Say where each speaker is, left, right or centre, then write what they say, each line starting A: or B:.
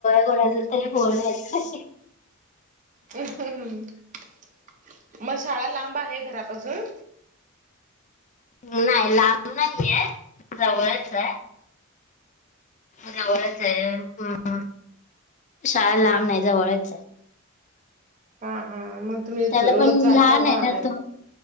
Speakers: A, on the left; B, on the right.
A: कोणाचा तरी फोन येतो हाह
B: हहह ह् म शाळा लांब आहे घरापासून?
A: नाही लांब नाहीय जवळच ये. जवळच आहे, शाळा लांब नाही जवळच आहे.
B: हा हा मग तुम्ही
A: त्याला
B: रोज,
A: पण
B: जात
A: लहान
B: जावा
A: आहे
B: आणायला.
A: ना तो